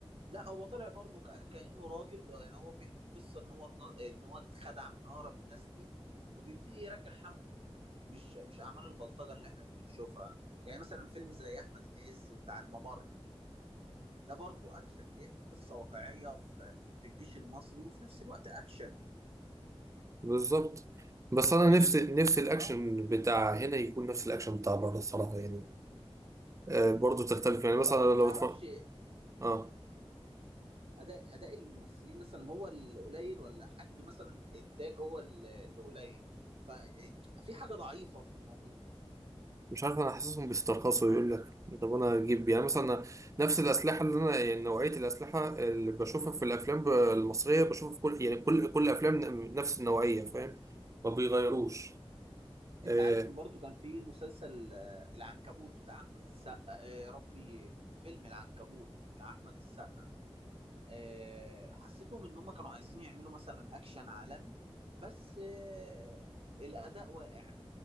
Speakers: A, on the right; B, on the right.
A: لا هو طلع برضه ك- كأنه راجل آه، يعني هو بيحكي قصة ان هو اتنا- ان هو اتخدع من اقرب الناس ليه وبيبتدي يرجع حقه مش مش اعمال البلطجة اللي احنا بنشوفها يعني مثلا فيلم زي احمد عز بتاع الممر ده برضه اكشن بيحكي قصة واقعية في في الجيش المصري وفي نفس الوقت اكشن
B: بالظبط بس
A: فاهمني
B: انا نفسي نفسي الاكشن
A: اه
B: بتاع هنا يكون نفس الاكشن بتاع بره الصراحه يعني آه برضه تختلف يعني مثلا
A: آه، ما
B: لو
A: تعرفش
B: اتف... اه
A: اداء اداء الممثلين مثلا هو اللي قليل ولا حجم مثلا الانتاج هو اللي اللي قليل ففي حاجة ضعيفة في الموضوع
B: مش عارف انا حاسسهم بيسترخصوا يقول لك طب انا اجيب يعني مثلا نفس الاسلحه اللي انا يعني نوعيه الاسلحه اللي بشوفها في الافلام ب- المصريه بشوفها في كل يعني كل كل افلام نفس النوعيه فاهم ما بيغيروش
A: انت
B: آه
A: عارف من برضو كان في مسلسل آه، العنكبوت بتاع احمد السقا آه، يا ربي فيلم العنكبوت بتاع احمد السقا آه، حسيتهم ان هم كانوا عايزين يعملوا مثلا اكشن عالمي بس آه، الاداء واقع